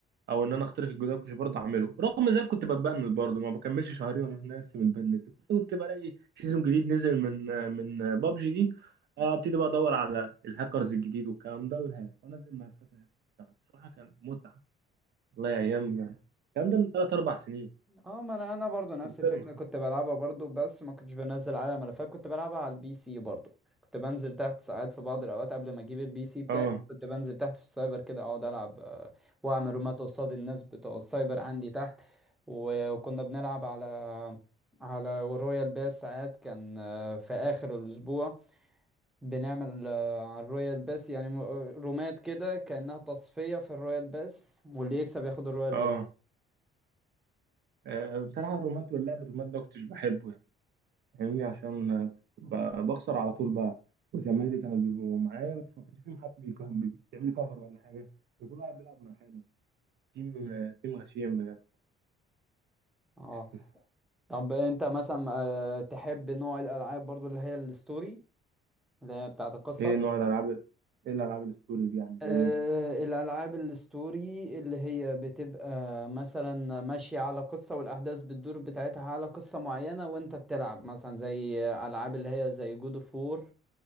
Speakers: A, on the right; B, in the centre.
A: او ان انا اخترق الجدار كنت برضه اعمله رغم ذلك كنت بتبند برضه ما بكملش شهرين وانا في نفسي متبند بس كنت بلاقي سيزون جديد نزل من من بابجي دي آه، ابتدي بقى ادور على الهاكرز الجديد والكلام ده والهاك وانا زي ما فاكر الهاك. بصراحه كان متعه والله يا ايام الكلام ده من ثلاث اربع سنين
B: اه ما انا انا برضو
A: بس
B: نفس
A: كبرنا
B: الفكره
A: خلاص.
B: كنت بلعبها برضو بس ما كنتش بنزل عليها ملفات كنت بلعبها على البي سي برضو كنت بنزل تحت ساعات في بعض الاوقات قبل ما اجيب البي سي بتاعي
A: اه
B: كنت بنزل تحت في السايبر كده اقعد العب آه، واعمل رومات قصاد الناس بتوع السايبر عندي تحت و- وكنا بنلعب على على رويال باس ساعات كان آه، في اخر الاسبوع بنعمل آه، على الرويال باس يعني م- رومات كده كانها تصفيه في الرويال باس واللي يكسب ياخد الرويال
A: اه
B: باس
A: آه، بصراحه الرومات واللعب الرومات ده ما كنتش بحبه يعني. فاهمني عشان ب- بخسر على طول بقى وزمايلي كانوا بيبقوا معايا بس ما كانش فيهم حد بيكون- بيعمل لي كفر ولا حاجه كل واحد بيلعب مع حاله تيم تيم غشيم بجد
B: اه
A: <laughs>
B: طب انت مثلا آه، تحب نوع الالعاب برضو اللي هي الستوري اللي هي بتاعت القصه
A: ايه نوع الالعاب ايه الالعاب الستوري دي يعني
B: أه
A: ايه
B: الالعاب الستوري اللي هي بتبقى مثلا ماشيه على قصه والاحداث بتدور بتاعتها على قصه معينه وانت بتلعب مثلا زي العاب اللي هي زي جود اوف وور